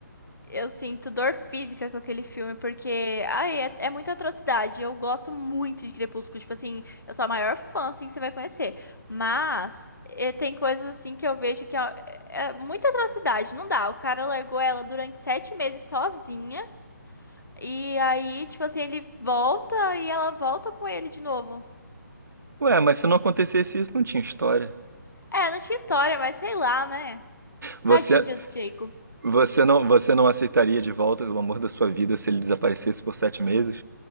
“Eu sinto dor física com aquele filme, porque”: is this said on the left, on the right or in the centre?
Left